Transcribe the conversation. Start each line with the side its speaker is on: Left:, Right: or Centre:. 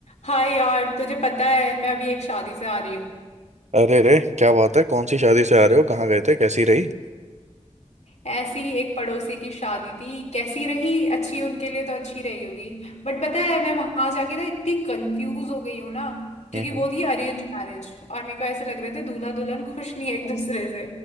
Left: हाय यार तुझे पता है मैं अभी एक शादी से आ रही हूँ
Right: अरे रे क्या बात है कौन सी शादी से आ रहे हो कहाँ गए थे कैसी रही
Left: ऐसी ही एक पड़ोसी की शादी थी कैसी रही अच्छी उनके लिए तो अच्छी रही होगी बट पता है मैं वहां जाके ना इतनी कंफ्यूज हो गई हूँ ना क्योंकि
Right: हम्म
Left: वो थी अरेंज मैरिज और मेरे को ऐसे लग रहे थे दूल्हा दुल्हन खुश नहीं है एक दूसरे से